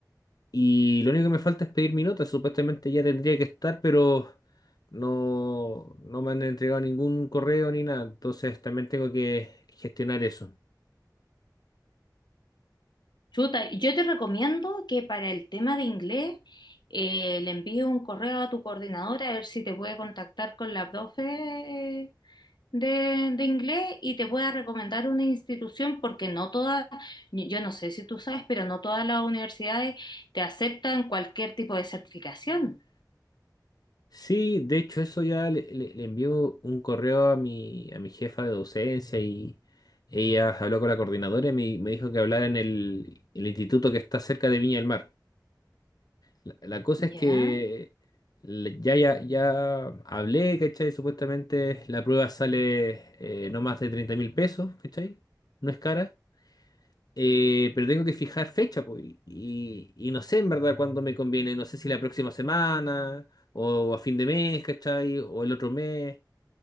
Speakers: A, on the left (about 60°); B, on the left (about 80°).
A: Y lo único que me falta es pedir mi nota. Supuestamente ya tendría que estar, pero no, no me han entregado ningún correo ni nada. Entonces también tengo que gestionar eso.
B: Chuta, yo te recomiendo que para el tema de inglés eh, le envíes un correo a tu coordinadora a ver si te puede contactar con la profe eh, de, de inglés y te pueda recomendar una institución porque no todas, yo no sé si tú sabes, pero no todas las universidades te aceptan cualquier tipo de certificación.
A: Sí, de hecho eso ya le, le- le envió un correo a mi, a mi jefa de docencia y ella habló con la coordinadora y me, me dijo que hablara en el, el instituto que está cerca de Viña del Mar. La, la cosa
B: ¿Ya?
A: es que le- ya, ya, ya hablé, ¿cachai? Supuestamente la prueba sale eh, no más de treinta mil pesos, ¿cachai? No es cara. Eh, pero tengo que fijar fecha, pues. Y, y- y no sé en verdad cuándo me conviene. No sé si la próxima semana o a fin de mes, ¿cachai? O el otro mes.